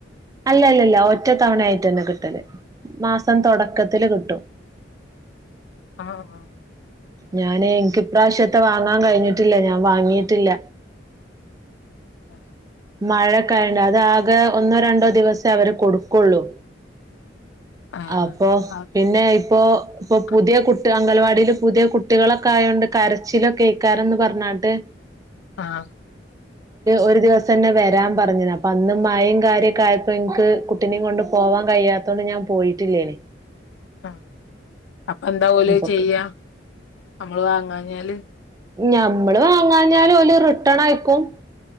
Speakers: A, on the right; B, on the left.
A: അല്ലല്ലല്ല ഒറ്റ തവണയയിട്ട് തന്നെ കിട്ടല് മാസം തുടക്കത്തില് കിട്ടും.
B: ആഹ് ആഹ്.
A: ഞാന് എനിക്കി പ്രാവശ്യത്തെ വാങ്ങാൻ കഴിഞ്ഞിട്ടില്ല ഞാൻ വാങ്ങിയിട്ടില്ല.
B: ആഹ്.
A: മഴ കയണ്ട അത് ആകെ ഒന്നോ രണ്ടോ ദിവസേ അവര് കൊടുക്കുള്ളു.
B: ആഹ്
A: അപ്പൊ
B: ആഹ്
A: പിന്നെ ഇപ്പോ ഇപ്പൊ
B: ആഹ്
A: പുതിയ കുട് അംഗൽവാടിയില് പുതിയ കുട്ടികളൊക്കെ ആയോണ്ട് കരച്ചിലൊ കേൾക്കാറന്ന് പറഞ്ഞാട്ട്.
B: ആഹ്.
A: ഒരു ദിവസം. തന്നെ വരാൻ പറഞ്ഞത് അപ്പൊ അന്നും മയും കാര്യൊക്കെ ആയപ്പോ ഇൻക്ക് കുട്ടിനിം കൊണ്ട് പോവാൻ കയ്യാത്തോണ്ട് ഞാൻ പോയിട്ടില്ലേന്.
B: ആ അപ്പൊ എന്താ ഓല്
A: ഇപ്പൊക്ക്
B: ചെയ്യാ നമ്മള് വാങ്ങാൻ പറഞ്ഞാല്
A: ഞമ്മള് വാങ്ങാഞ്ഞാല് ഓല് റിട്ടേൺ അയക്കും.